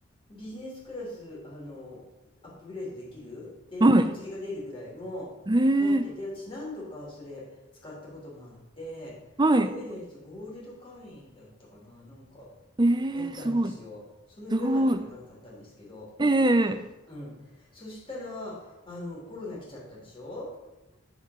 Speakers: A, on the left; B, on the right.
A: ビジネスクラス、あの、アップグレードできるで、
B: はい。
A: お釣りが出るぐらいの持ってて、
B: えー、
A: 私何度かそれ使ったこともあって、
B: はい。
A: エミレーツゴールド会員だったかな、なんか、
B: えー、
A: だったんですよ。
B: すごい、
A: その上まではいかなかったんですけど、
B: すごい。えー、
A: うん。そしたら、あの、コロナ来ちゃったでしょ